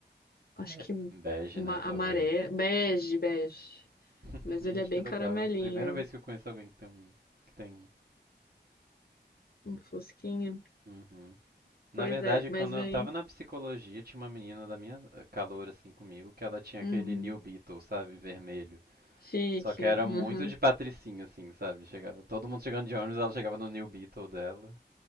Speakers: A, on the left; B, on the right.
A: Acho
B: Be-
A: que
B: Bege,
A: ma-
B: né, talvez.
A: amarelo. Bege, bege.
B: <laughs>
A: Mas
B: Gente,
A: ele é bem
B: que legal.
A: caramelinho,
B: Primeira vez que eu conheço alguém que tem um. Que tem um.
A: um fusquinha.
B: Uhum. Na
A: Pois
B: verdade,
A: é, mas
B: quando eu
A: aí.
B: tava na psicologia, tinha uma menina da minha eh, calor, assim, comigo, que ela tinha aquele
A: Uhum.
B: New Beetle, sabe, vermelho.
A: Chique.
B: Só que era
A: Uhum.
B: muito de patricinha, assim, sabe? Chegava, todo mundo chegando de ônibus, ela chegava no New Beetle dela.